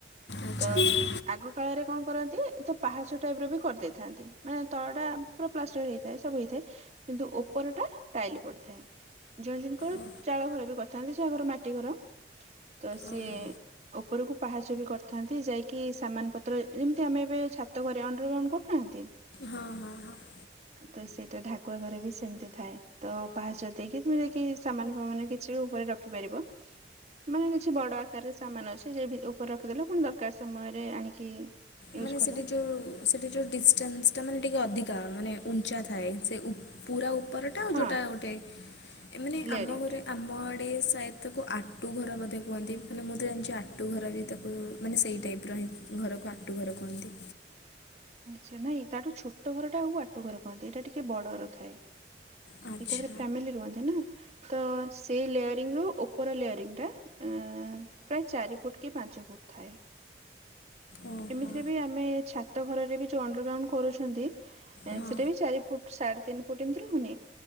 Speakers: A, on the left (about 80°); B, on the right (about 35°).
A: ଆଚ୍ଛା
B: ତ ଆଗ କାଳରେ କଣ କରନ୍ତି। ତ ପାହାଚ ଟାଇପ୍ ର ବି କରିଦେଇଥାନ୍ତି ମାନେ ତଳଟା ପୁରା ପ୍ଲାଷ୍ଟର ହେଇଥାଏ ସବୁ ହେଇଥାଏ। କିନ୍ତୁ ଉପର ଟା ଟାଇଲି ପଡେ। ଥାଏ ଜଣେ ଜଣଙ୍କର
A: ଓ
B: ଚାଳ ଘର ବି କରିଥାନ୍ତି ଯାହା ଘର ମାଟି ଘର। ତ ସିଏ
A: ଓହୋ
B: ଉପରକୁ ପାହାଚ ବି କରିଥାନ୍ତି ଯାଇକି ସାମାନ ପତ୍ର ଯେମିତି ଆମେ ଏବେ ଛାତ ଘରେ ଅଣ୍ଡରଗ୍ରାଉଣ୍ଡ କରୁନାହାନ୍ତି।
A: ହଁ ହଁ ହଁ।
B: ତ ସେଇଟା ଢାକୁଆ ଘରେ ବି ସେମିତି ଥାଏ। ତ ପାହାଚ ଦେଇକି ତମେ ଯାଇକି ସାମାନ ଫାମାନ କିଛି ଉପରେ ରଖିପାରିବ। ମାନେ କିଛି ବଡ ଆକାରରେ ସାମାନ ଅଛି ଯାଇ ଉପରେ ରଖିଦେଲ ପୁଣି ଦରକାର ସମୟରେ ଆଣିକି ୟୁଜ
A: ମାନେ
B: କଲ
A: ସେଠି ଯୋଉ ସେଠି ଯୋଉ ଡିଷ୍ଟାନ୍ସଟା ମାନେ ଟିକେ ଅଧିକା ମାନେ ଉଞ୍ଚା ଥାଏ ସେ ଉ ପୁରା ଉପରଟା ଆଉ
B: ହଁ
A: ଯୋଉଟା ଗୋଟେ ଏମାନେ
B: ଲେୟରିଂ
A: ଆମ ଘରେ
B: ଟା
A: ଆମ ଆଡେ <unintelligible> ସାଏଦ ତାକୁ ଆଟୁ ଘର ବୋଧେ କୁହନ୍ତି ମାନେ ମୁଁ ତ ଜାଣିଛି ଆଟୁ ଘର ବି ତାକୁ ମାନେ ସେଇ ଟାଇପ୍ ହି ଘରକୁ ଆଟୁ ଘର କହନ୍ତି।
B: ଆଚ୍ଛା ନାଇଁ ତାଠୁ ଛୋଟ ଘର ଟା ଆଉ ଆଟୁ ଘର କହନ୍ତି ଏଇଟା ଟିକେ ବଡ ର ଥାଏ।
A: ଆଚ୍ଛା
B: ଏକାଥରେ ଫ୍ୟାମିଲି ରୁହନ୍ତି ନା। ତ ସେଇ ଲେୟରିଂ ରୁ ଉପର ଲେୟରିଂ ଟା ଏଁ ପ୍ରାୟ ଚାରି ଫୁଟ କି ପାଞ୍ଚ ଫୁଟ ଥାଏ।
A: ଓହୋ
B: ଏମିତିରେ
A: ହଁ
B: ବି ଆମେ ଛାତ ଘରରେ ବି ଯଉ ଅଣ୍ଡରଗ୍ରାଉଣ୍ଡ କରୁଛନ୍ତି।
A: ହଁ
B: ସେଟା ବି ଚାରି ଫୁଟ ସାଢେ ତିନି ଫୁଟ ଏମିତି ରହୁନି?